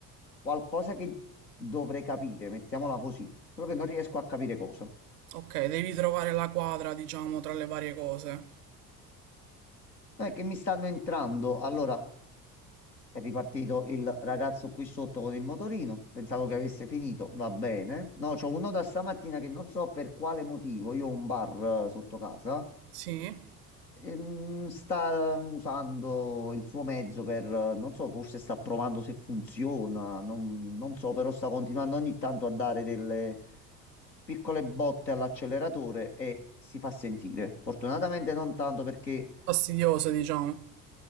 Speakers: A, on the left; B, on the right.
A: qualcosa che dovrei capire, mettiamola così, solo che non riesco a capire cosa.
B: Ok, devi trovare la quadra, diciamo, tra le varie cose.
A: Non è che mi stanno entrando, allora È ripartito il ragazzo qui sotto con il motorino. Pensavo che avesse finito. Va bene. No, c'ho uno da stamattina che non so per quale motivo. Io ho un bar eh, sotto casa.
B: Sì?
A: ehm, sta usando il suo mezzo per, eh, non so, forse sta provando se funziona. Non, non so, però sta continuando ogni tanto a dare delle piccole botte all'acceleratore e si fa sentire. Fortunatamente non tanto perché.
B: Fastidioso, diciamo.